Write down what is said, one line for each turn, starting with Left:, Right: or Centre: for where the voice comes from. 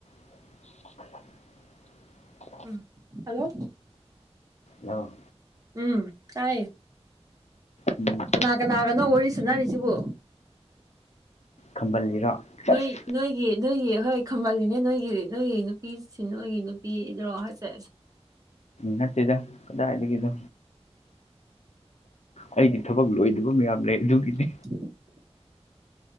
Left: <inaudible>
Right: ꯎꯝ hello
Left: hello
Right: ꯎꯝ ꯇꯥꯏ
Left: ꯎꯝ
Right: ꯀꯅꯥ ꯀꯅꯥꯒꯅꯣ ꯋꯥꯔꯤ ꯁꯨꯅꯔꯤꯁꯤꯕꯣ
Left: ꯈꯝꯕꯜꯂꯤꯔꯣ ꯁꯁ
Right: ꯅꯣꯏ ꯅꯣꯏꯒꯤ ꯅꯣꯏꯒꯤ ꯍꯣꯏ ꯈꯝꯃꯜꯂꯤꯅꯦ ꯅꯣꯏꯒꯤ ꯅꯣꯏꯒꯤ ꯅꯨꯄꯤꯁꯤ ꯅꯣꯏꯒꯤ ꯅꯨꯄꯤꯗ꯭ꯔꯣ ꯍꯥꯏꯁꯦ
Left: ꯅꯠꯇꯦꯗ ꯀꯗꯥꯏꯗꯩꯅꯣ ꯑꯩꯒꯤ ꯊꯕꯛ ꯂꯣꯏꯗꯕ ꯃꯌꯥꯝ ꯂꯩ ꯑꯗꯨꯒꯤꯅꯦ
Right: <inaudible>